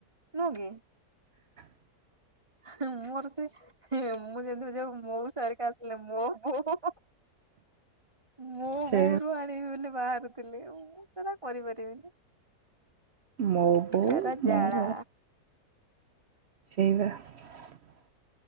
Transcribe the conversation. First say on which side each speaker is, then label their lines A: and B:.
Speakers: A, on the right; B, on the right.
A: ନୁହଁ କି
B: <inaudible>
A: ହୁଁ ମୋର ସେଇ ମୁଁ ଯେମିତି ଯଉ ମୋ ସରିକ ଆସିଲି ମୋ ବୋଉ ମୋ
B: ସେ
A: ବୋଉରୁ ଆଣିବି ବୋଲି ବାହାରୁଥିଲିଁ ସେ କରିପାରିବିନି।
B: ମୋ ବୋଉ
A: ହେରା ଜାଳା
B: ମୋ ବୋଉ ସେଇ ବା <unintelligible>